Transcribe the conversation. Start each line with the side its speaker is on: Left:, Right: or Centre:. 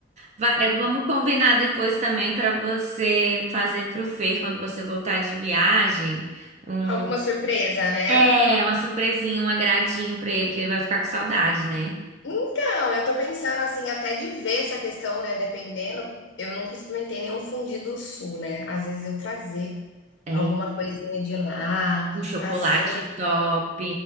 Right: Vai- é, vamos combinar depois também para você fazer pro Fer quando você voltar de viagem, um
Left: Alguma surpresa, né?
Right: é uma surpresinha, um agradinho para ele que ele vai ficar com saudade, né?
Left: Então, eu tô pensando assim, até de ver essa questão, né? Dependendo, eu nunca experimentei nenhum fundido sul, né? Às vezes eu trazer
Right: É,
Left: alguma coisinha de lá,
Right: um chocolate
Left: assim,
Right: top.